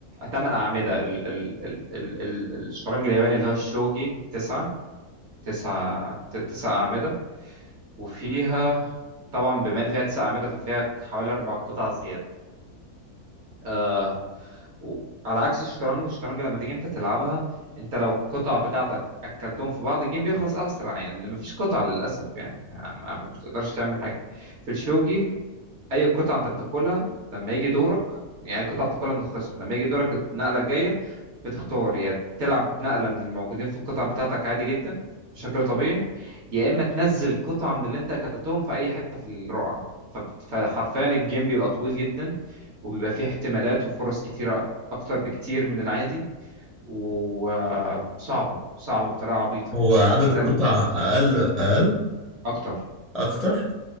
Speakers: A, on the right; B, in the centre.
A: 8 اعمده ال... ال... ال... ال... ال- الشطرنج الياباني اللي هو الشوجي 9 9 9 اعمده وفيها طبعا بما ان فيها تسع اعمده ففيها حوالي اربع قطع زياده آه و- على عكس الشطرنج الشطرنج لما تيجي انت تلعبها انت لو القطع بتاعتك اكلتهم في بعض الجيم بيخلص اسرع يعني ما فيش قطع للاسف يعني ما ما- مش تقدرش تعمل حاجه في الشوجي اي قطعه انت بتاكلها لما يجي دورك يعني أي قطعه بتاكلها من الخصم لما يجي دورك النقله الجايه بتختار يا تلعب نقله من الموجودين في القطع بتاعتك عادي جدا بشكل طبيعي يا اما تنزل قطعه من اللي انت اكلتهم في اي حته في الرقعه فب- فحرفيا الجيم بيبقى طويل جدا وبيبقى فيه احتمالات وفرص كتيره اكتر بكتير من العادي وصعبه صعبه صعبة بطريقه عبيطه
B: هو
A: يعني
B: عدد
A: وده
B: القطع
A: اللي-
B: اقل اقل
A: اكتر
B: اكتر